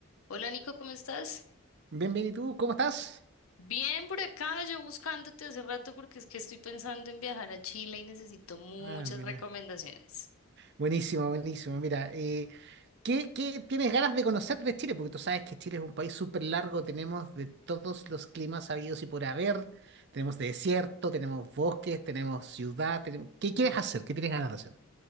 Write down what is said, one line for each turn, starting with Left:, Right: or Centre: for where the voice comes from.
Left: Hola Nico, ¿cómo estás?
Right: Bien, bien, ¿y tú? ¿Cómo estás?
Left: Bien por acá, yo buscándote hace rato porque es que estoy pensando en viajar a Chile y necesito muchas
Right: Ah, mira.
Left: recomendaciones.
Right: Buenísimo, buenísimo. Mira, eh, ¿qué, qué tienes ganas de conocer de Chile? Porque tú sabes que Chile es un país súper largo, tenemos de todos los climas habidos y por haber, tenemos desierto, tenemos bosques, tenemos ciudad, tenemos... ¿Qué quieres hacer? ¿Qué tienes ganas de hacer?